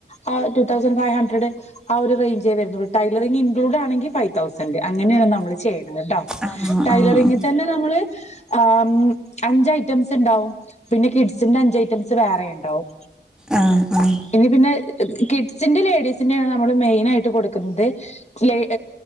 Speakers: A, on the left (about 35°); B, in the centre.
A: ആ ടു തൗസഡ് ഫൈവ് ഹണ്ട്രഡ് ആ ഒരു റേയ്ഞ്ചേ വരുന്നുള്ളു ടൈലറിംഗ്- ൻക്ലൂട് ആണെങ്കിൽ ഫൈവ് ഇഗ്യൂട്ട് തൗസൻഡ് അങ്ങനെയാണ് നമ്മള് ചെയ്യണത് കേട്ടോ
B: ആഹ്
A: ടൈലറിംഗിൽ
B: ആഹ്
A: തന്നെ നമ്മള്- ആ അഞ്ച് ഐറ്റംസ് ഉണ്ടാവും പിന്നെ കിഡ്സിന്റെ അഞ്ച് ഐറ്റംസ് വേറെയുമുണ്ട്- ഉണ്ടാവും
B: ആഹ് ആഹ്
A: ഇനി പിന്നെ- കിഡ്സിന്റെ ലേഡീസിൻ്റെയാണ് നമ്മള് മെയിൻ ആയിട്ട് കൊടുക്കുന്നത് ലേ